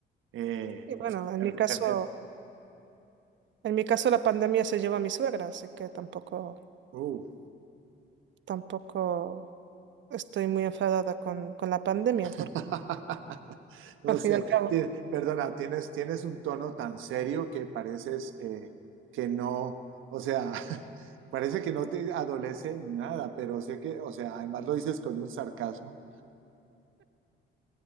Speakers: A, on the right; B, on the right.
A: eh,
B: sí,
A: pues
B: bueno, en
A: per-
B: mi caso,
A: perder.
B: en mi caso la pandemia se llevó a mi suegra, así que tampoco,
A: Uh.
B: tampoco estoy muy enfadada con, con la pandemia,
A: <laughs>
B: porque
A: No
B: al
A: sé,
B: fin y al cabo.
A: ti- perdona, tienes, tienes un tono tan serio que pareces eh, que no, o sea, <laughs> parece que no te adolece nada, pero sé que, o sea, además lo dices con un sarcasmo.